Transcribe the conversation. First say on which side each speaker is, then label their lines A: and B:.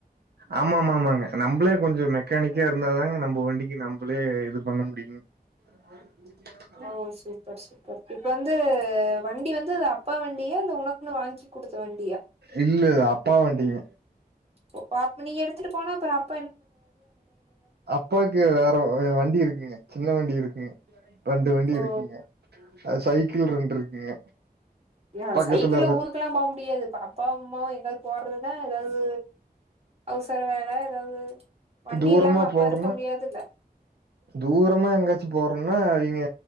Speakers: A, on the right; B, on the right.
A: ஆமா ஆமா ஆமாங்க நம்பளே கொஞ்ச மெக்கானிக்கா இருந்தாதாங்க நம்ப வண்டிக்கு நம்ப ளே இது பண்ண முடியு <unintelligible>
B: ஓ சூப்பர் சூப்பர் இப்போ வந்து வண்டி வந்து தா அப்பா வண்டியா இல்ல உனக்குனு வாங்கி குடுத்த வண்டியா
A: இல்ல இல்ல அப்பா வண்டிங்
B: ஓ அப்ப நீ எடுத்துட்டு போனா அப்புற அப்
A: அப்பாக்கு வேற வ வண்டி இருக் ங்க சின்ன வண்டி இருக்குங்க ரெண்டு வண்டி
B: ஓ
A: இருக்குங்க அது சைக்கிள் ரெண்டு இருக்குங்க
B: ய
A: பக்கத்துல
B: சைக்கிள்ல
A: அது
B: ஊருகெல்லா போ முடியாது பா அப்பாவு அம்மாவு எங்காவது போறதுன்னா ஏதாது அவுசர வேல் ல ஏதாது வண்டி
A: தூரமா
B: இல்லாம அப்பா
A: போறோன்னா
B: இருக்க முடியாதுல்ல
A: தூரமா எங்காச்சி போறனா இவிங்க